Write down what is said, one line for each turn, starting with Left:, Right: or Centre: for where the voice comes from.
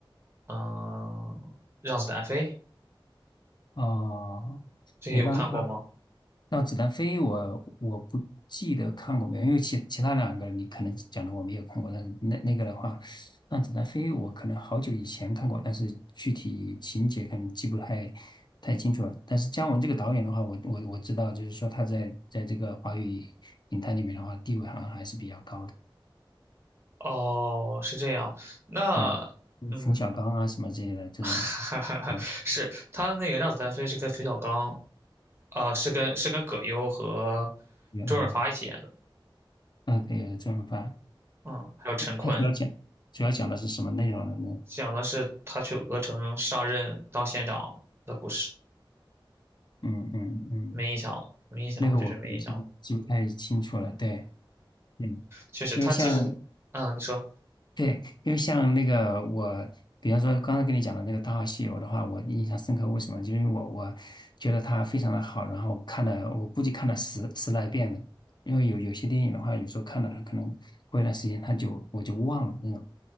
Right: 嗯，呃让子弹飞》
Left: 哦，
Right: 这些有看过吗？
Left: 对，让让子弹飞我，我不记得看过没有，因为其其他两个你可能讲的我没有看过，但是那那个的话，让子弹飞我可能好久以前看过，但是具体情节可能记不太太清楚了。但是姜文这个导演的话，我我我知道，就是说他在在这个华语影坛里面的话，地位好像还是比较高的。
Right: 哦，是这样。那嗯，
Left: 对，嗯冯小刚啊什么之类的这种，
Right: <laughs> 哈哈哈，
Left: 嗯，
Right: 是他那个《让子弹飞》是跟冯小刚啊、是跟是跟葛优和
Left: 有嗯，
Right: 周润发一起演的，
Left: 那个周润发，
Right: 嗯，还有陈坤，
Left: 他主要讲主要讲的是什么内容呢？
Right: 讲的是他去鹅城上任当县长的故事。
Left: 嗯嗯嗯，
Right: 没印象了，没印象了，
Left: 那个我我记不记不太清楚了。
Right: 就是没印象了。
Left: 对，嗯，
Right: 确实，
Left: 因为像
Right: 他其实，嗯，你说，
Left: 对，因为像那个我，比方说刚刚跟你讲的那个《大话西游》的话，我印象深刻。为什么？就是因为我我觉得它非常的好，然后看了我估计看了十十来遍了。因为有有些电影的话，有时候看了可能过一段时间它就我就忘了那种，